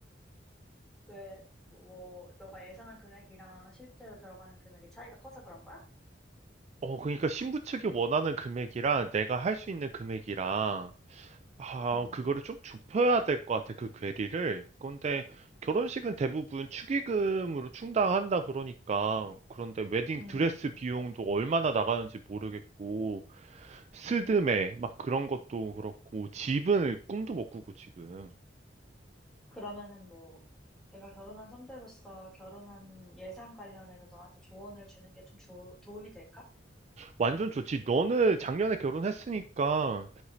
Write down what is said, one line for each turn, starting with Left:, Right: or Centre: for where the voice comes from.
Centre: 왜, 뭐, 뭐, 너가 예상한 금액이랑 실제로 들어가는 금액의 차이가 커서 그런 거야?
Right: 어, 그러니까 신부 측이 원하는 금액이랑 내가 할 수 있는 금액이랑 아,
Centre: 음,
Right: 그거를 좀 좁혀야 될 것 같아, 그 괴리를. 근데 결혼식은 대부분 축의금으로 충당한다 그러니까. 그런데 웨딩
Centre: 음,
Right: 드레스 비용도 얼마나 나가는지 모르겠고. 스드메
Centre: 음.
Right: 막 그런 것도 그렇고 집은 꿈도 못 꾸고 지금
Centre: 그러면은 뭐, 내가 결혼한 선배로서 결혼한 예산 관련해서 너한테 조언을 주는 게 좀 도움이 될까?
Right: 완전 좋지. 너는 작년에 결혼했으니까